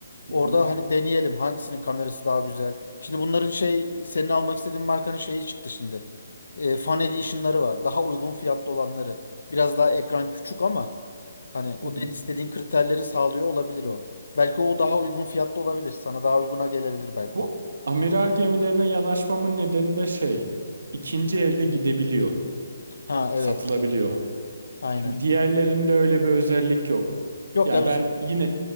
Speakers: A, on the left; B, on the right.
A: Orada
B: Hı hı,
A: hani deneyelim hangisinin kamerası daha güzel. Şimdi bunların şey senin almak istediğin markanın şeyi çıktı şimdi. E, Fan Edition'ları var. Daha uygun fiyatlı olanları. Biraz daha ekran küçük ama hani o
B: hı hı.
A: dediğin istediğin kriterleri sağlıyor olabilir o. Belki o daha uygun fiyatlı olabilir. Sana daha uyguna gelebilir belki
B: Bu
A: o.
B: amiral gemilerine yanaşmamın nedeni de şey, ikinci elde gidebiliyor,
A: Ha
B: satılabiliyor.
A: evet. evet. Aynen.
B: Şimdi diğerlerinde öyle bir özellik yok.
A: Yok
B: Yani
A: ya biz
B: ben yine